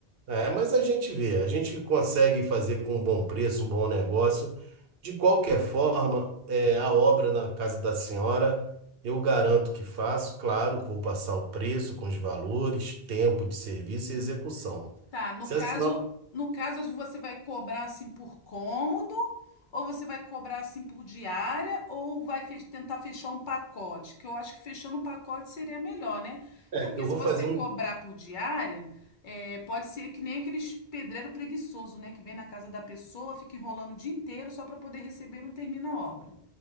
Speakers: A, on the right (about 70°); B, on the left (about 55°).
A: é, mas a gente vê, a gente consegue fazer com um bom preço, um bom negócio. De qualquer forma, é, a obra na casa da senhora, eu garanto que faço, claro, vou passar o preço com os valores, tempo de serviço e execução.
B: Tá, no
A: Se
B: caso,
A: a senhora,
B: no caso você vai cobrar assim por cômodo, ou você vai cobrar assim por diária, ou vai fe- tentar fechar um pacote, que eu acho que fechando um pacote seria melhor, né?
A: é,
B: Porque
A: eu
B: se
A: vou
B: você
A: fazer um
B: cobrar por diária, é, pode ser que nem aqueles pedreiro preguiçoso, né, que vem na casa da pessoa, fica enrolando o dia inteiro só para poder receber e não termina a obra.